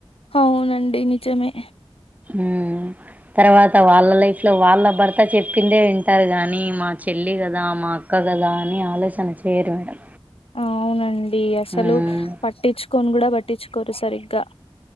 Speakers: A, on the left; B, on the right.
A: అవునండి నిజమే
B: ఉ తర్వాత వాళ్ళ లైఫ్ ఇట్లా వాళ్ళ భర్త చెప్పిందే వింటారు కాగాని మా చెల్లి కదా మా అక్క కదా అని ఆలోచనారు చేయరు మేడం
A: అవునండి అసలు
B: ఉమ్
A: పట్టిచ్చుకోని కూడా పట్టిచ్చుకోరు సరిగ్గా